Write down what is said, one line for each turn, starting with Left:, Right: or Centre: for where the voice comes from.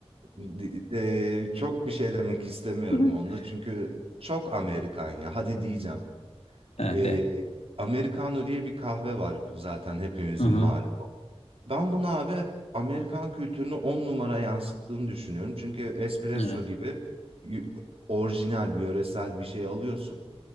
Right: di- eee, çok bir şey demek istemiyorum
Left: <laughs>
Right: onda çünkü çok Amerikan ya hadi diyeceğim.
Left: He
Right: Ee,
Left: de.
Right: Americano diye bir kahve var zaten hepimizin
Left: Hı hı.
Right: malumu. Ben bunu abi Amerikan kültürünü on numara yansıttığını düşünüyorum. Çünkü espresso
Left: Evet.
Right: gibi y- orijinal, yöresel bir şey alıyorsun.